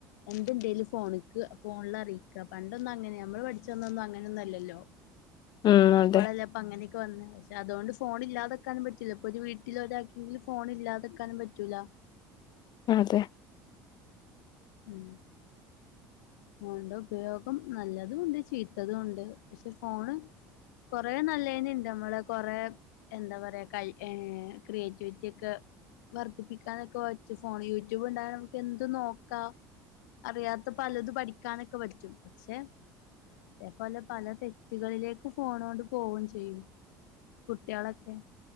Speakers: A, on the left; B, on the left.
A: എന്തുണ്ടേലും ഫോണിക്ക് ഫോണിലറിയിക്കാ പണ്ടൊന്നും അങ്ങനെ നമ്മള് പഠിച്ചന്നൊന്നും അങ്ങനെന്നല്ലല്ലോ
B: ഉം
A: ഇപ്പളല്ലെ
B: അതെ
A: അപ്പ അങ്ങനെയൊക്കെ വന്ന് പക്ഷേ അതോണ്ട് ഫോണ് ഇല്ലാതെക്കാനും പറ്റില്ല ഇപ്പോ ഒര് വീട്ടിൽ ഒരാക്കെങ്കിലും ഫോണ് ഇല്ലാതെക് ക്കാനും പറ്റൂല
B: അതെ
A: ഉം ഫോണിന്റെ ഉപയോഗം നല്ലതുംഉണ്ട് ചീത്തതുണ്ട് പക്ഷെ ഫോണ് കൊറേ നല്ലേന്ണ്ട് നമ്മളെ കൊറെ എന്താ പറയാ കൈ ഏ ക്രിയേറ്റിവിറ്റി ഒക്കെ വർദ്ധിപ്പിക്കാനൊക്കെ പറ്റു ഫോണ് യൂട്യൂബ് ഉണ്ടായ നമുക്ക് എന്തുംനോക്കാ അറിയാത്ത പലത് പഠിക്കാനൊക്കെ പറ്റും പക്ഷെ അതേപോലെ പല തെറ്റുകളിലേക്ക് ഫോണ് കൊണ്ട് പോവുംചെയ്യും കുട്ടികളെക്കെ